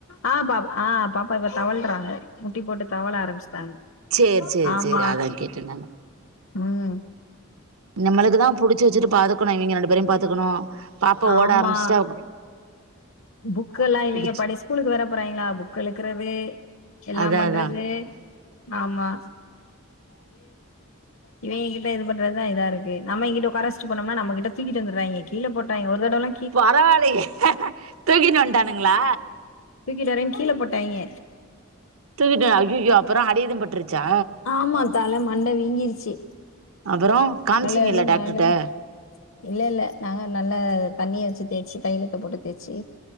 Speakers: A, on the left; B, on the right.
A: ஆ பாப்பா ஆ பாப்பா இப்ப தவழ்றாங்க. முட்டி போட்டு தவள ஆரம்ப்ச்டாங்க
B: சேரி சேரி
A: ஆமா
B: சேரி அதா கேட்டே நானு
A: ம்
B: நம்மளுக்கு தா புடிச்சு வச்சிட்டு பாதுக்கணு இவங்க ரெண்டு பேரையு பாத்துக்கணு பாப்பா
A: ஆம்மா
B: ஓட ஆரம்பிச்சுட்டா
A: புக்கல்லா இவெங்க
B: புடிச்சு
A: படிச் ஸ்கூலுக்கு வேற போறாங்கெளா புக் இழுக்கிறது. எல்லாம்
B: அதா
A: பண்றது
B: அதா
A: ஆம்மா. இவெங்க கிட்ட இது பண்றதா இதா இருக்கு நம்ம கிட்ட உட்காரவஸ்டு போனோம்னா நம்ம கிட்ட தீக்கிட்டுவந்துடுறாங்கே கீழ போட் நா எவ்ரு தடொல்லே
B: பரவாலையே தூக்கிட்டு வந்துட்டானுங்களா.
A: தூக்கிட்டுவரேன் கீழே போட்டாய்ங்க.
B: தூங்கிட்டு அய்யய்யோ அப்புறோ அடி ஏது பட்டிருச்சா.
A: ஆமா தல மண்ட வீங்கிருச்சு.
B: அப்பறோ காமிச்சிங்கல்ல
A: அழு அழுன்னு
B: டாக்டர்ட்ட.
A: அழு இல்ல இல்ல நாங்க நல்லா தண்ணிய வச்சு தேச்சு தையிலத்த போட்டு தேச்சு